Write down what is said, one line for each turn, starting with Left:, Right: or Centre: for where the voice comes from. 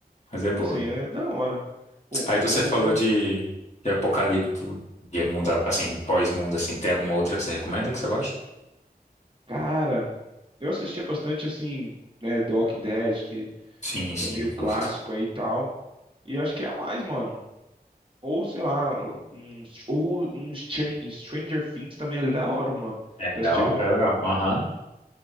Left: mas é
Right: Então,
Left: boa.
Right: assim, é da hora. Bom,
Left: Aí você
Right: uma outra.
Left: falou de, de apocalipto, de mundo, a- assim, pós-mundo, assim. Tem alguma outra que você recomenda que você gosta?
Right: Cara, eu assistia bastante, assim, né, The Walking Dead, que,
Left: Sim,
Right: que
Left: sim,
Right: é meio clássico
Left: curto.
Right: aí e tal. E acho que é a mais, mano. Ou, sei lá, um, ou um Str- Stranger Things também é da hora, mano.
Left: É
Right: Já
Left: da
Right: assistiu?
Left: hora, é legal. Aham,